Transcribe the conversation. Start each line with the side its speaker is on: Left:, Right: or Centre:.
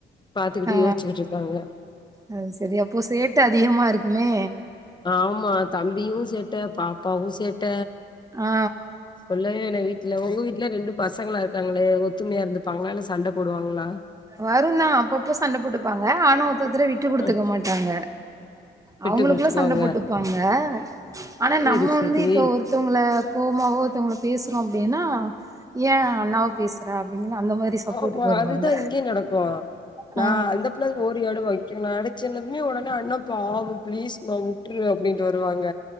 Left: பாத்துக்கிட்டு
Right: ஆ
Left: யோசிக்கிட்டு இருக்காங்க
Right: அது செரி அப்போ சேட்ட அதிகமா இருக்குமே
Left: ஆமா தம்பியு சேட்ட பாப்பாவு சேட்ட
Right: ஆ
Left: சொல்ல வேயில்ல வீட்ல உங்க வீட்ல ரெண்டு பசங்களா இருக்காங்ளே ஒத்துமையா இருந்துப்பாங்ளா இல்ல சண்ட போடுவாங்ளா
Right: வருதா அப்பப்ப சண் போட்டுப்பாங்க ஆனா ஒருத்தத்தர விட்டு குடுத்துக்க
Left: அ
Right: மாட்டாங்க
Left: விட்டு
Right: அவுங்களுக்குள்ள
Left: குடுத்துக்குவாங்க
Right: சண்ட போட்டுப்பாங்க ஆனா
Left: செரி
Right: நம்ம
Left: செரி
Right: வந்து இப்ப ஒரு தங்ள கோமாவோ ஒரு தங்ளோ பேசுறோ அப்டின்னா ஏன் அண்ணாவே பேசுற அப்டிங் அந்த மாரி சப்போர்ட்டுக்கு
Left: ஆமா
Right: வருவாங்க
Left: அதுதா இங்கியு நடக்கு நா
Right: ஆ
Left: அந்த பிள்ள ஓரியாட வைக்கு நா அடிச்சதுமே உடனே அண்ணாப் பாவு பிளீஸ் மா உட்ரு அப்டின்டு வருவாங்க